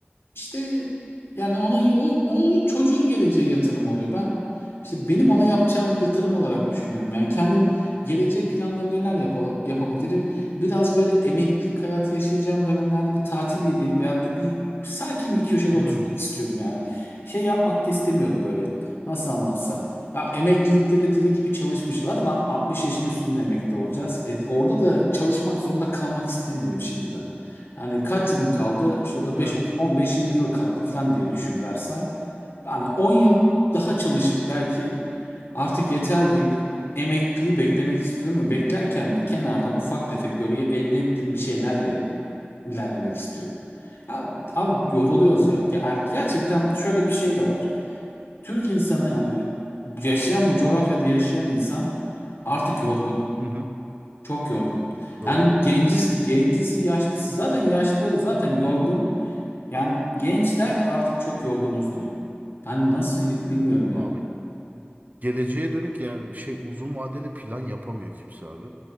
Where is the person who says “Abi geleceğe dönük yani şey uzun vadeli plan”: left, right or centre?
Right